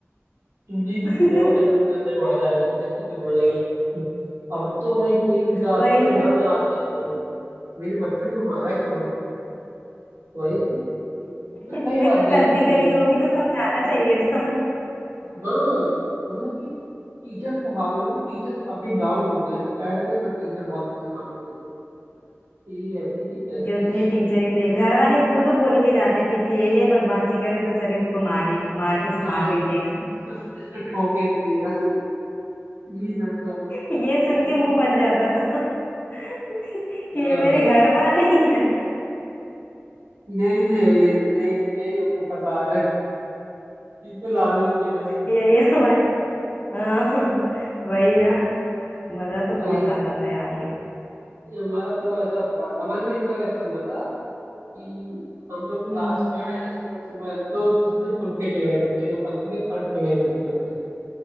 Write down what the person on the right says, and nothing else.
तूने ही कुछ
किया होगा तभी सर ने मारा ऐसे तो ऐसे तो मारेगा तो <laughs> अब तो भाई पेरेंट्स आते
हैं
लड़ जाते हैं मेरे बच्चे को मारा क्यों वही तो मैं
कई बार
देखा
हूँ
हाँ मतलब कि टीचर्स को हावी होगा पर टीचर्स काफी डाउन हो गए पहले तो टीचर बहुत खतरनाक होते थे ये ऐसी की तैसी
हाँ
इसको इसको ठोके रहिएगा ये चलता था
हाँ
यही है ये यही यही आपको फंसा रहा है इनको लाना नहीं चाहिए था इसमें
वही
ये हमारा पूरा वैसा बा- हमारे में एक बार ऐसा हुआ था कि हम लोग क्लास
में आए थे सुबह सुबह तो किसी ने पंखे टेढ़े कर दिए तो पंखे के पर टेढ़े कर दिए होंगे